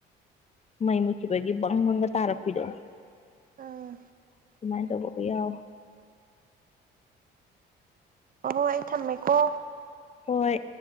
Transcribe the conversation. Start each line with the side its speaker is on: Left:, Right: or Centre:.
Left: ꯃꯩ ꯃꯨꯠꯈꯤꯕꯒꯤ ꯕꯪꯕꯪꯒ ꯇꯥꯔꯛꯄꯤꯗꯣ
Right: ꯎꯝ
Left: ꯑꯗꯨꯃꯥꯏꯅ ꯇꯧꯕꯒ ꯌꯥꯎꯋ
Right: ꯑꯍꯣꯏ ꯑꯩ ꯊꯝꯃꯦꯀꯣ
Left: ꯍꯣꯏ